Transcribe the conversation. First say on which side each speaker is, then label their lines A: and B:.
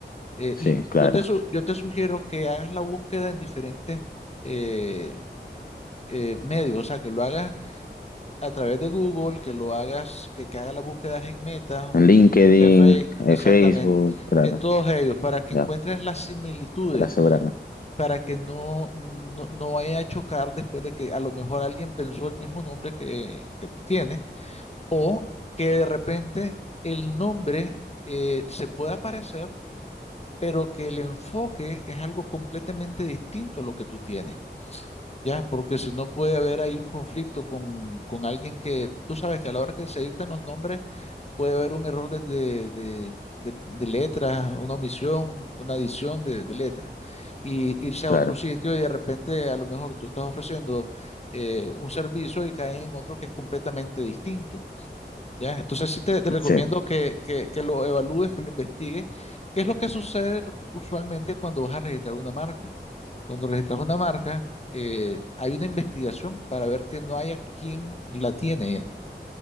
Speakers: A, on the left; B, on the left.
A: Eh,
B: sí,
A: l-
B: claro.
A: yo te, su- yo te sugiero que hagas la búsqueda en diferentes eh, eh, medios, o sea, que lo hagas a través de Google, que lo hagas, que, que hagas las búsquedas en Meta,
B: En LinkedIn,
A: que Facebook,
B: en
A: exactamente,
B: Facebook, claro.
A: en todos ellos, para que
B: Ya,
A: encuentres las similitudes
B: para asegurarme.
A: para que no, no, no vaya a chocar después de que a lo mejor alguien pensó el mismo nombre que, que tú tienes, o que de repente el nombre eh, se pueda parecer, pero que el enfoque es algo completamente distinto a lo que tú tienes. Ya, porque si no puede haber ahí un conflicto con, con alguien que, tú sabes que a la hora que se dictan los nombres, puede haber un error de, de, de- de- de letra, una omisión, una adición de, de letra, y irse
B: Claro,
A: a otro sitio y de repente a lo mejor tú estás ofreciendo eh, un servicio y cae en otro que es completamente distinto. ¿Ya? Entonces sí te, te recomiendo
B: sí.
A: que, que- que lo evalúes, que lo investigues. ¿Qué es lo que sucede usualmente cuando vas a registrar una marca? Cuando registras una marca, eh, hay una investigación para ver que no haya quien la tiene.